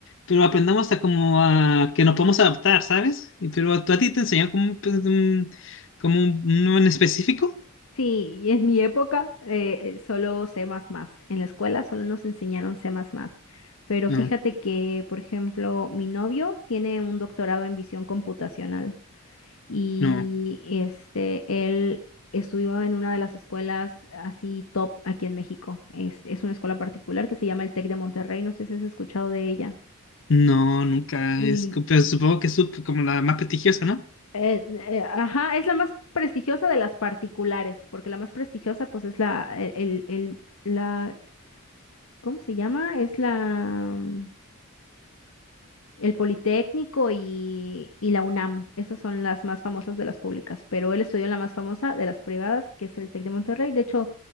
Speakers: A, on the left; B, on the left.
A: pero aprendamos a como a que nos podemos adaptar, ¿sabes? Y, pero a, ¿tú a ti te enseñan como un, pues, un- como un, uno en específico?
B: Sí, y en mi época eh, eh, solo C++. En la escuela solo nos enseñaron C++. Pero
A: No,
B: fíjate que, por ejemplo, mi novio tiene un doctorado en visión computacional y
A: no.
B: este, él estudió en una de las escuelas así top aquí en México. Es, es una escuela particular que se llama el TEC de Monterrey. No sé si has escuchado de ella.
A: No, nunca.
B: Y,
A: Es, co- pero supongo que es sup- como la más prestigiosa, ¿no?
B: eh, eh, ajá, es la más prestigiosa de las particulares, porque la más prestigiosa pues es la, el, el- el- la ¿cómo se llama? Es la, mm, el Politécnico y, y la UNAM. Esas son las más famosas de las públicas, pero él estudió en la más famosa de las privadas, que es el TEC de Monterrey. De hecho,